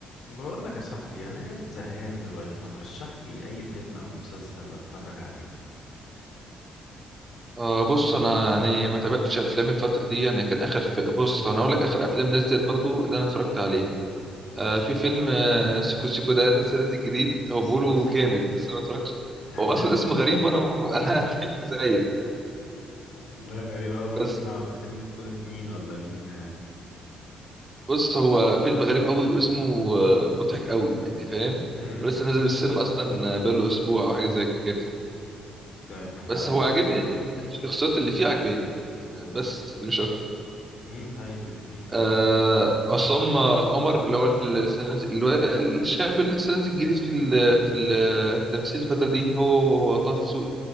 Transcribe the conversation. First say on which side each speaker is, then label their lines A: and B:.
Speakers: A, on the left; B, on the right.
A: بقول لك يا صاحبي انا قاعد زهقان دلوقتي ما ترشح لي اي فيلم او مسلسل اتفرج عليه
B: أه بص انا يعني ما تابعتش افلام الفتره دي يعني كان اخر في بص انا اقول لك اخر افلام نزلت برضو اللي انا اتفرجت عليها
A: ماشي
B: أه في فيلم أه سيكو سيكو ده لسه نازل جديد هو
A: سيكو
B: بيقولوا
A: سيكو
B: جامد بس انا ما اتفرجتش
A: <laughs>
B: هو اصلا اسمه غريب وانا <laughs> انا ضحكت زيك
A: ده غريب اول مره
B: بس
A: اسمعه ده فيلم بطولة مين ولا مين
B: بص هو فيلم غريب قوي واسمه آه، مضحك قوي يعني فاهم
A: امم
B: ولسه نازل السينما اصلا آه، بقاله اسبوع او حاجه زي كده
A: طيب ما تعرفش
B: بس هو عاجبني ان الشخصيات اللي فيه عاجباني يعني بس مش اكتر
A: مين طيب اللي فيه
B: آه، عصام آه، عمر اللي هو اللي لسه نازل- اللي هو الشاب اللي لسه نازل جديد في ال في ال في التمثيل الفترة دي هو هو هو طه دسوقي